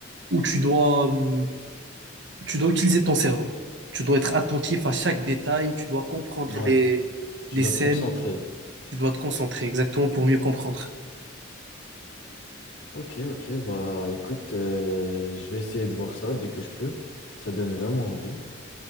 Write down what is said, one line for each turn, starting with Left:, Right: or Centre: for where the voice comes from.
Right: où tu dois, hum, tu dois utiliser ton cerveau. Tu dois être attentif à chaque détail, tu dois comprendre
Left: Ouais,
Right: les,
Left: tu
Right: les
Left: dois
Right: scènes,
Left: te concentrer.
Right: tu dois te concentrer exactement pour mieux comprendre.
Left: Ok, ok, bah écoute, euh, je vais essayer de voir ça dès que je peux. Ça donne vraiment envie.